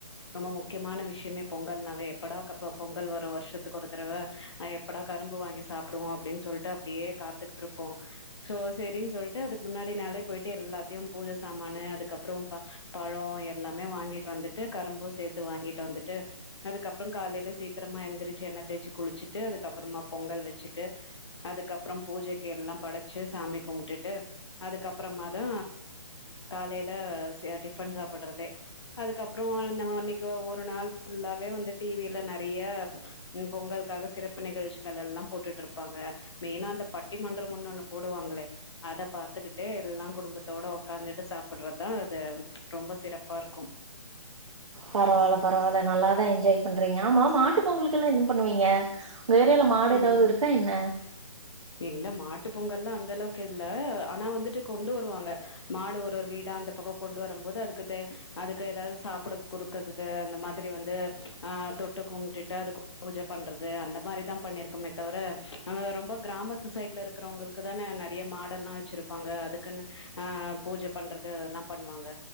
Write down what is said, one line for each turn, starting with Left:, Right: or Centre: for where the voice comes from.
Left: ரொம்ப முக்கியமான விஷ்யமே பொங்கல்னாவே எப்படா கம்ப பொங்கல் வரு வர்ஷத்துக்கு ஒரு தடவ எப்படா கரும்பு வாங்கி சாப்டுவோ அப்டினு சொல்ட்டு அப்டியே காத்துகிட்ருப்போ சோ சேரின்னு சொல்ட்டு அதுக்கு முன்னாடி நாளே பொய்ட்டு எல்லாத்தையு பூஜ சாமானு அதுக்கப்றோ ப‌ பழோ எல்லாமே வாங்கிட்டு வந்துட்டு கரும்பு சேத்து வாங்கிட்டு வந்துட்டு அதுக்கப் அப்றோ காலைல சீக்கரமா எந்திரிச்சி எண்ண தேச்சி குளிச்சிட்டு அதுக்கப்றமா பொங்கல் வச்சிட்டு அதுக்கப்றோ பூஜைக்கு எல்லா படச்சு சாமி கும்ட்டுட்டு அதுக்கப்றமா தா காலைல சே டிஃபன் சாப்பட்றதே அதுக்கப்றோ என்னமோ அன்னைகோ ஒரு நாள் ஃபுல்லாவே வந்து டிவில நெறையா பொங்கலுக்காக சிறப்பு நிகழ்ச்சிகள் எல்லா போட்டுட்டு இருப்பாங்க மெய்னா அந்த பட்டிமன்றம் ஒன்னுணு போடுவாங்களே அத பாத்துக்கிட்டே எல்லா குடும்பத்தோட ஒக்காந்துட்டு சாப்புட்றதா அத ரொம்ப சிறப்பா இருக்கு
Right: பரவால பரவால நல்லாதா என்ஜாய் பண்றீங்க ஆமா மாட்டு பொங்கல்கெல்லா என்னா பண்ணுவீங்க வேறெல மாடு ஏதாது
Left: ம்
Right: இருக்கா என்ன
Left: இல்ல மாட்டு பொங்கல்லா அந்த அளவுக்கில்ல ஆனா வந்துட்டு கொண்டு வருவாங்க மாடு ஒரு ஒரு வீடா அந்த பக்கோ கொண்டு வரும் போது அதுக்கு தேவ் அதுக்கு ஏதாது சாப்ட குடுக்குறது அந்த மாதிரி வந்து ஆஹ் தொட்டு கும்ட்டுட்டு அதுக்கு பூஜ பண்றது அந்த மாரிதா பண்ணிருக்கமே தவர அங்க ரொம்ப கிராமத்து சைட்ல இருக்குறவங்களுக்கு தானே நெறைய மாடெல்லா வச்சிருப்பாங்க அதுக்குன்னு ஆஹ் பூஜ பண்றது அதல்லா பண்ணுவாங்க